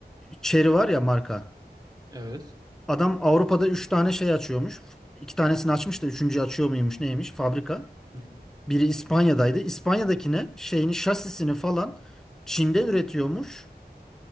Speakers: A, in the centre; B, on the right (about 20°).
A: Chery var ya marka.
B: Evet.
A: Adam Avrupa'da 3 tane şey açıyormuş. İki tanesini açmış da üçüncüyü açıyor muymuş neymiş fabrika.
B: Hı hı.
A: Biri İspanya'daydı. İspanya'dakine şeyini şasisini falan Çin'de üretiyormuş.